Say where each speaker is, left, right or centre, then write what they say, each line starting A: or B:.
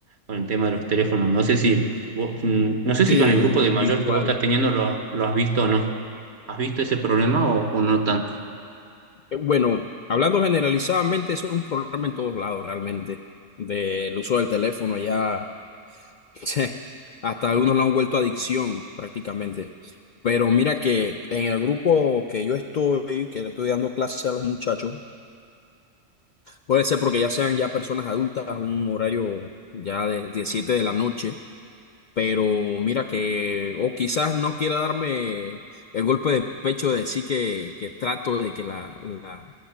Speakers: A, on the right (about 55°); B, on the left (about 65°).
A: con el tema de los teléfonos. No sé si, vos- mm, no sé si
B: Sí,
A: con el grupo de mayor
B: igual.
A: que vos estás teniendo lo, ha- lo has visto o no. ¿Has visto ese problema o, o no tanto?
B: Eh, Bueno, hablando generalizadamente, eso es un problema en todos lados realmente, del uso del teléfono ya, <laughs> hasta algunos lo han vuelto adicción prácticamente. Pero mira que en el grupo que yo estoy, que le estoy dando clase a los muchachos, Puede ser porque ya sean ya personas adultas, un horario ya de, de 7 de la noche, pero mira que, o quizás no quiera darme el golpe de pecho de decir que, que trato de que la, la,